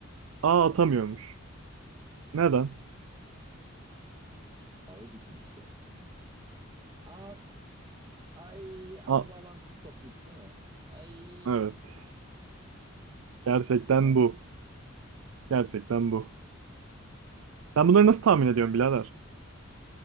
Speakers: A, on the right; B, on the right.
A: A
B: Hı
A: atamıyormuş.
B: hı.
A: Neden?
B: Ağı bitmiştir. As ay A
A: A
B: bağlantısı kopmuş değil mi? Ay
A: evet. Gerçekten
B: A,
A: bu. Gerçekten bu. Sen bunları nasıl tahmin ediyorsun birader?